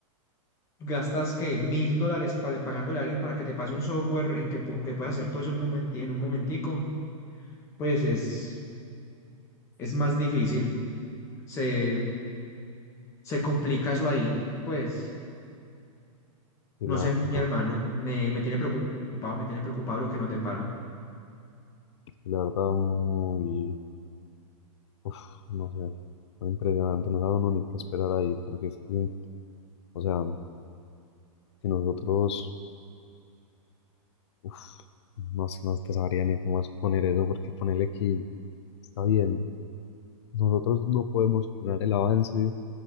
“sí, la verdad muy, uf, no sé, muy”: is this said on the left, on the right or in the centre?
Left